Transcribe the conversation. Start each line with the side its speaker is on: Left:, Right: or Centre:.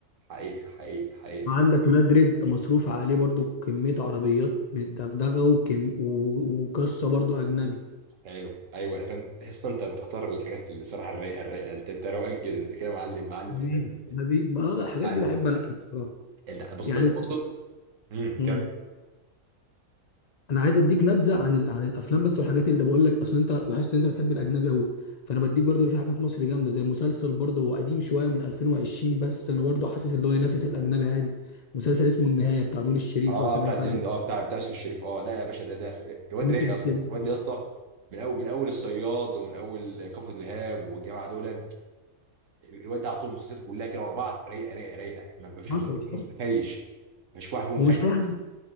Right: حقيقي حقيقي حقيقي
Left: وعندك ولاد رزق مصروف عليه برضو كمية عربيات بالدغدغة وكم و- وقصة برضو أجنبي
Right: حلو ايوه انا فاهم تحس انت بتختار الحاجات اللي الصراحه الرايقه الرايقه انت انت روقان كده انت كده معلم معلم
Left: حبيبي
Right: في حته
Left: حبيبي ما أنا الحاجات
Right: معلم
Left: دي بحب أنقي بصراحة
Right: انت بص
Left: يعني
Right: بس برضه امم
Left: <laughs> مم. انا عايز اديك نبذه عن ال... عن الافلام بس والحاجات اللي بقول لك اصل انت لاحظت ان انت بتحب الاجنبي قوي فانا بديك برضو اللي في حاجات مصري جامده زي مسلسل برضو هو قديم شويه من 2020 بس انا برضو حاسس اللي هو ينافس الاجنبي عادي مسلسل اسمه النهايه بتاع نور الشريف
Right: اه
Left: لو سمعت
Right: بتاع زيند
Left: عنه
Right: اه بتاع بتاع يوسف الشريف اه لا يا باشا ده ده الواد
Left: <laughs> ممكن
Right: رايق يا اسطى
Left: تكون-
Right: الواد يا اسطى من اول من اول الصياد ومن اول كفر الهاب والجماعه دول آه، الواد ده على طول مسلسلاته كلها كده ورا بعض رايقه رايقه رايقه ما ما فيش
Left: حصل
Right: مسلسل فيهم
Left: حصل
Right: خيش ما فيش واحد فيهم
Left: ومش
Right: خيش
Left: اي حد